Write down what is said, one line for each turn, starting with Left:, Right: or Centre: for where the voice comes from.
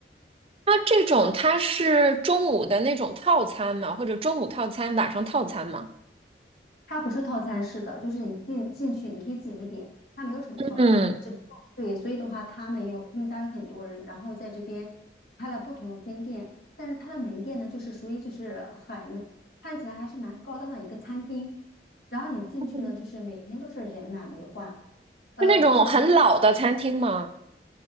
Right: 那这种它是中午的那种套餐嘛，或者中午套餐、晚上套餐嘛？
Left: 它不是套餐式的，就是你进进去你可以自己点，它没有什么套餐，
Right: 嗯，
Left: 只不过对，所以的话他们有他们家有很多人，然后在这边开了不同的分店，但是它的门店呢，就是属于就是很看起来还是蛮高档的一个餐厅，然后你进去呢，
Right: 嗯，
Left: 就是每天都是人满为患，呃，
Right: 是那种很老的餐厅吗？
Left: 就是你